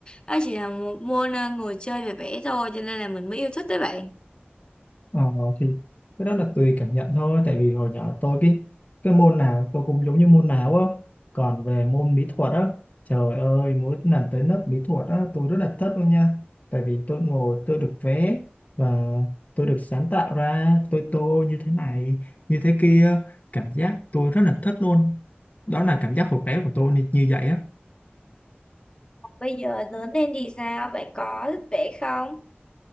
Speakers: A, on the left (about 25°); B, on the left (about 40°).
A: đó chỉ là một môn ờ, ngồi chơi và vẽ thôi cho nên là mình mới yêu thích đấy bạn
B: Ờ, thì cái đó là tùy cảm nhận thôi tại vì hồi nhỏ tôi cái cái môn nào tôi cũng giống như môn nào á còn về môn mỹ thuật á trời ơi mỗi lần tới lớp mỹ thuật á tôi rất là thích luôn nha tại vì tôi ngồi tôi được vẽ và tôi được sáng tạo ra tôi tô như thế này như thế kia cảm giác tôi rất là thích luôn đó là cảm giác hồi bé của tôi như, như vậy á
A: Bây giờ lớn lên thì sao? Bạn có thích vẽ không?